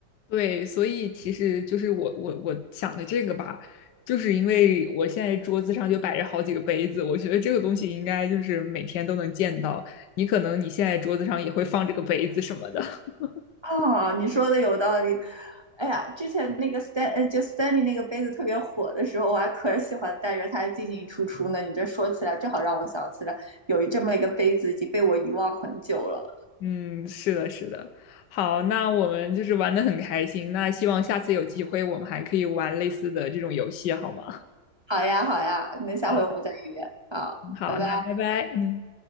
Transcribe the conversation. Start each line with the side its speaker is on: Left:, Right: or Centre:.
Left: 对，所以其实就是我我我想的这个吧，就是因为我现在桌子上就摆着好几个杯子，我觉得这个东西应该就是每天都能见到。你可能你现在桌子上也会放这个杯子什么的。<laughs>
Right: 哦，你说的有道理。哎呀，之前那个 Stan，呃就 Stanley 那个杯子特别火的时候，我还可喜欢带着它进进出出呢。你这说起来，正好让我想起来有一这么一个杯子已经被我遗忘很久了。
Left: 嗯，是的，是的。好，那我们就是玩的很开心，那希望下次有机会我们还可以玩类似的这种游戏，好吗？
Right: 好呀，好呀，那下回我们再约。
Left: 好，
Right: 好，
Left: 好，
Right: 拜拜。
Left: 那拜拜，嗯。